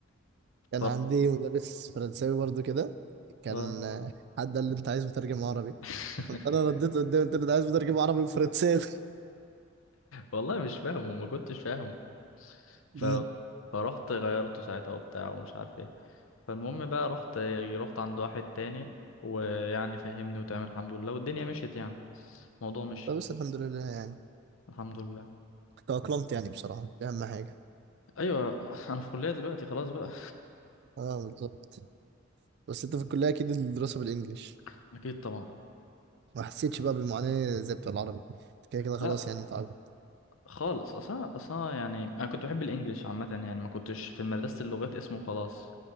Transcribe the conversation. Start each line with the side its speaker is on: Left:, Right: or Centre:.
Right: كان
Left: طر-
Right: عندي مدرس فرنساوي برضه كده كان
Left: اه
Right: آه، حد قال لي أنت عايز مترجم عربي
Left: <laughs>
Right: قلت أنا رديت قدامي قلت له أنا عايز مترجم عربي وفرنساوي
Left: والله مش فاهمه ما كنتش فاهمه ف...
Right: <laughs>
Left: فرحت غيرته ساعتها وبتاع ومش عارف ايه فالمهم بقى رحت رحت عند واحد تاني ويعني فهمني وتمام الحمد لله والدنيا مشيت يعني الموضوع مش
Right: لا بس الحمد لله يعني
Left: الحمد لله
Right: تأقلمت يعني بصراحة دي أهم حاجة
Left: ايوه انا في كليه دلوقتي خلاص بقى
Right: اه بالظبط بس انت في الكلية اكيد الدراسة بالانجلش
Left: <laughs> اكيد طبعا
Right: ما حسيتش بقى بالمعاناة زي بتاع العربي أنت كده كده خلاص
Left: لا
Right: يعني متعود
Left: خالص اصلا اصلا يعني انا كنت بحب الانجليش عامه يعني ما كنتش في مدرسه اللغات اسمه خلاص